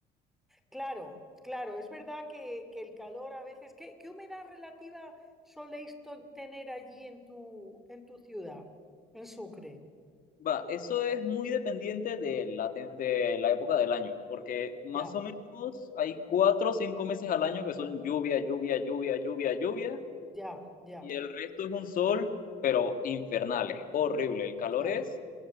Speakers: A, in the centre; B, on the left.
A: Claro, claro, es verdad que, que el calor a veces. ¿Qué, qué humedad relativa soléis to- tener allí en tu, en tu ciudad, en Sucre?
B: Va, eso es muy dependiente de la, te- de la época del año, porque más
A: Ya,
B: o menos hay cuatro o cinco meses al año que son lluvia, lluvia, lluvia, lluvia, lluvia,
A: ya, ya,
B: y el resto es un sol, pero infernal, es horrible. El calor
A: ya,
B: es